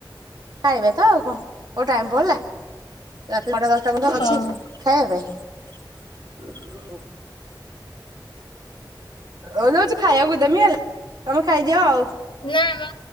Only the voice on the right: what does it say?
ଖାଇବେ ତ ଆଉ କଣ କୋଉ ଟାଇ ପଡିଲା ରାତି ନଅ ଟା ଦଶଟା ପର୍ଯ୍ୟନ୍ତ ଅଛି।
ଖାଇବା ପାଇଁ ଓ ଯାଉଛି ଖାଇବାକୁ ଦେମି ହେଲା। ତମେ ଖାଇଦିଅ ଆଉ।